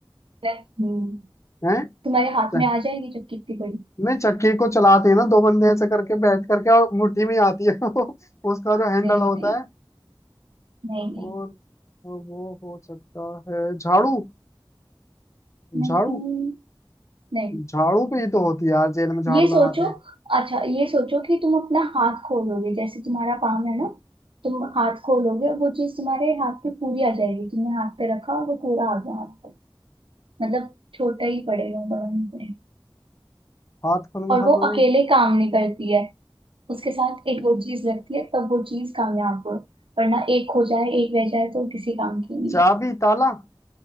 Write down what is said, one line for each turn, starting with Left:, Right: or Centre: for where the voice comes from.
Right: है। हम्म
Left: है
Right: तुम्हारे हाथ
Left: चक...
Right: में आ जाएगी जो कितनी बड़ी
Left: नहीं चक्की को चलाते हैं ना दो बंदे ऐसे करके बैठ करके और मुट्ठी में आती है <laughs> वो उसका जो हैंडल
Right: नहीं
Left: होता
Right: नहीं
Left: है
Right: नहीं
Left: और और वो हो सकता है झाड़ू
Right: नहीं
Left: झाड़ू
Right: नहीं नहीं
Left: झाड़ू पे ही तो होती है यार जेल में झाड़ू
Right: ये सोचो
Left: लगाते हैं
Right: अच्छा ये सोचो कि तुम अपना हाथ खोलोगे जैसे तुम्हारा पाम है ना तुम हाथ खोलोगे और वो चीज तुम्हारे हाथ पे पूरी आ जाएगी तुमने हाथ पे रखा और वो पूरा आ गया हाथ पे मतलब छोटा ही पड़ेगा बड़ा नहीं पड़ेगा
Left: हाथ खोलेंगे
Right: और वो
Left: हाथ में
Right: अकेले काम नहीं करती है उसके साथ एक वो चीज लगती है तब वो चीज कामयाब हो वरना एक हो जाए एक रह जाए तो किसी काम की नहीं
Left: चाबी
Right: है
Left: ताला